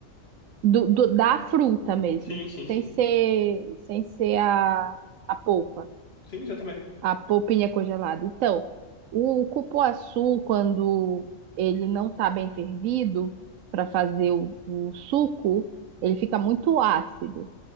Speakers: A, on the right; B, on the left.
A: do, do- da fruta mesmo,
B: Sim, sim, sim.
A: sem ser, sem ser a, a polpa,
B: Sim, já também.
A: a polpinha congelada. Então, o cupuaçu, quando ele não está bem fervido para fazer o, o suco, ele fica muito ácido.